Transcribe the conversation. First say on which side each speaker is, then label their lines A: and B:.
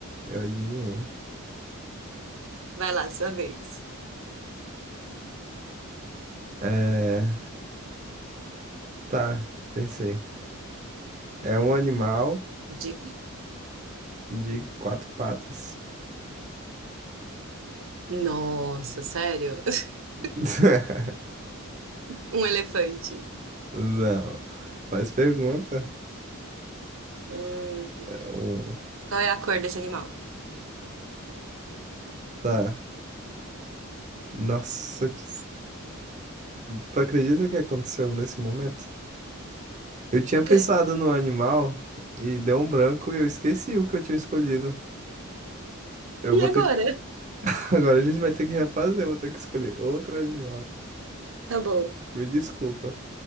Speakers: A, on the right; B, on the right.
A: eu adivinhei.
B: Vai lá, sua vez.
A: É, tá, pensei. É um animal
B: Diga.
A: de quatro patas.
B: Nossa, sério? <laughs>
A: <laughs>
B: Um elefante.
A: Não, faz pergunta.
B: Hum,
A: Um,
B: qual é a cor desse animal?
A: tá. Nossa, eu te- tu acredita que aconteceu nesse momento? Eu tinha
B: O
A: pensado
B: quê?
A: no animal e deu um branco e eu esqueci o que eu tinha escolhido. Eu
B: E
A: vou
B: agora?
A: ter que... <laughs> Agora a gente vai ter que refazer, eu vou ter que escolher outro animal.
B: Tá bom.
A: Me desculpa.